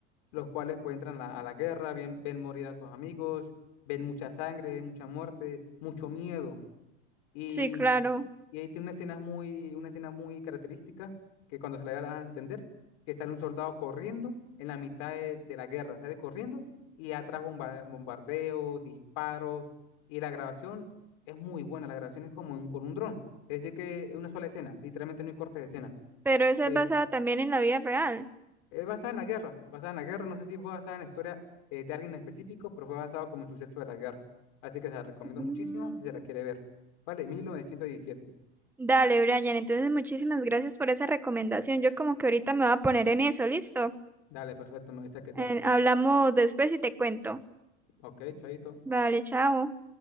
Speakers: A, on the left (about 60°); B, in the centre.
A: los cuales pues entran a, a la guerra, ven, ven morir a sus amigos, ven mucha sangre, mucha muerte, mucho miedo. Y,
B: sí, claro,
A: y ahí tiene una escena muy, una escena muy característica que cuando se la da a entender, que sale un soldado corriendo en la mitad de, de la guerra, sale corriendo y atrás bomba- bombardeos, disparos y la grabación es muy buena, la grabación es como un- con un dron, es decir que es una sola escena, literalmente no hay cortes de escena.
B: pero esa
A: Sí.
B: es basada también en la vida real.
A: Es basada en la guerra, basada en la guerra, no sé si fue basada en la historia eh, de alguien en específico, pero fue basado como en suceso de la guerra. Así que se la recomiendo
B: Mm.
A: muchísimo si se la quiere ver. Vale, 1917.
B: Dale, Brian. Entonces, muchísimas gracias por esa recomendación. Yo como que ahorita me voy a poner en eso, ¿listo?
A: Dale, perfecto, me avisa qué tal.
B: Eh, hablamos después y te cuento.
A: Ok, chaito.
B: Vale, chao.